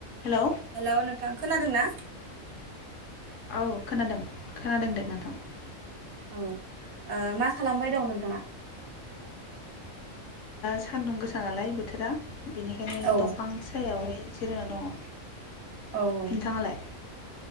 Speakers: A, on the left (about 70°); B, on the right (about 60°).
A: Hello
B: हेल नोंथां खोनादों ना?
A: औ खोनादों खोनादों दे नोंथां ‌।
B: औ ओ मा खालामबाय दं नोंथाङा?
A: सानदुं गोस नालाय बोथोरा बिनिखायनो
B: औ
A: दंफां सायावहाय जिरायना दङ।
B: औ औ।
A: नोंथाङालाय